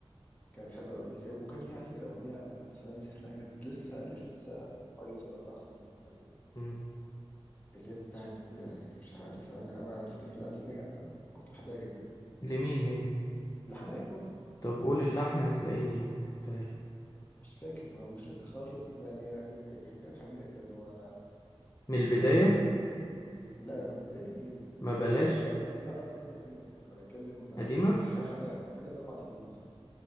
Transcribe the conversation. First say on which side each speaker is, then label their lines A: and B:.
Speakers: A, on the left; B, on the left.
A: كانت حلوه قوي كان- وكان في على فكره اغنيه انا بس انا ناسي اسمها كانت لسه لسه من حوالي مثلا اربع سنين ولا حاجه
B: مم.
A: اللي هي بتاعت آه، مش عارف انا انا نسيت اسمها بس هي- انا كنت بحبها جدا
B: لمين هي
A: لحماقي برضو
B: طب
A: آه،
B: قول اللحن هتلاقيني قلتها لك.
A: مش فاكر ما مش فاكر خالص يعني هي هي- هي كانت حزينه كده اللي هو
B: من البداية
A: آه، لا لا لا من بدايه جديده
B: ما
A: انا
B: بلاش
A: أنا قصدي قصدي لا قصدي قصدي قديمه انا بتكلم
B: قديمة
A: حاجه حاجه حاجه حاجة من اربع سنين مثلا